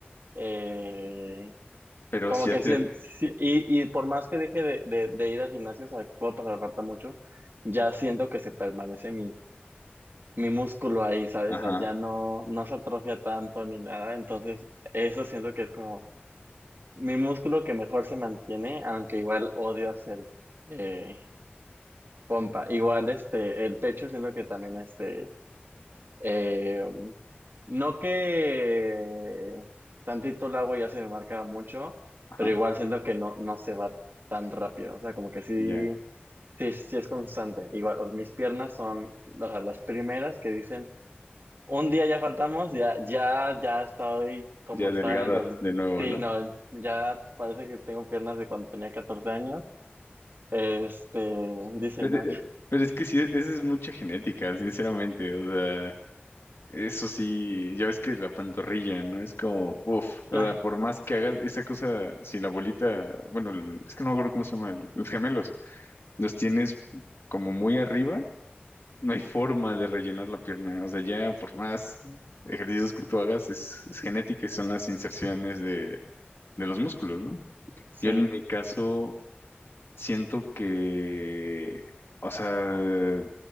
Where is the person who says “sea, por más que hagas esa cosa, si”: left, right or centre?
Left